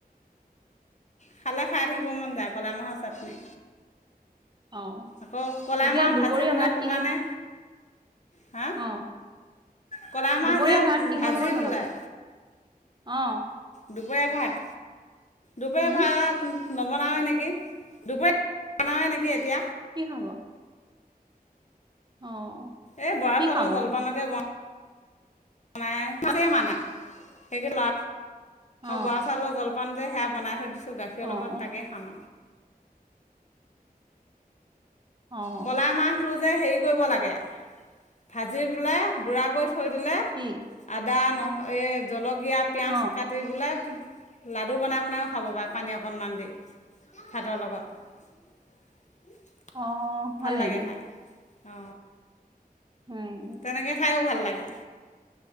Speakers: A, on the left (about 45°); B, on the right (about 30°).
A: খালে খাই থাকিব মন যাই, কলাই মাহৰ চাটনি।
B: অ',
A: আকৌ কলাইমাহ
B: এতিয়া দুপৰীয়া
A: ভাজিবলে
B: ভাত
A: শুকানে।
B: কিহে
A: হা।
B: অ',
A: কলাই মাহ
B: দুপৰীয়া
A: যে
B: ভাত কিহৰ
A: ভাজি
B: লগত
A: বোলোই
B: বনাব অ
A: দুপৰিয়া ভাত। দুপৰিয়া
B: উম,
A: ভাত। নবনাওয়ে নিকি, দুপৰীয়া নবনাওয়েই নেকি এতিয়া।
B: কি হ'ব অ
A: এই বৰা
B: কি
A: চাউলৰ
B: খাব
A: জলপানকে
B: নহ'লে
A: বন। মায়ে মানে সেই লা
B: অ',
A: বৰা চাউলৰ জলপান যে সেয়া বনাই থৈ দিছোঁ গাখীৰৰ
B: অ',
A: লগত তাকেই খাম।
B: অ',
A: কলা মাহটো যে হেৰি কৰিব লাগে, ভাজি পেলাই গুৰা কৰি থৈ দিলে
B: কি
A: আ দা নহয় এই জলক। এয়া পিঁয়াজ
B: অ',
A: কাটি পেলাই, লাডু বনাই বনাইও খাব পাৰে, পানী অকণমান দি ভাতৰ লগত।
B: অ', হয়
A: ভাল
B: নেকি
A: লাগে খায়। অ
B: উম,
A: তেনেকে খাইও ভাল লাগে। লাগে?